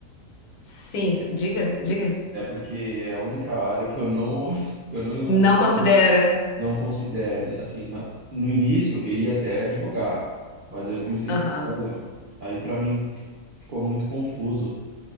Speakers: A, on the left; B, on the right.
A: sim, diga, diga.
B: É porque é a única área que eu não, <laughs> que eu não
A: Não considera.
B: Não considero, assim, na- no início eu queria até advogar, mas aí eu comecei
A: Aham,
B: a ter aula, aí para mim fi- ficou muito confuso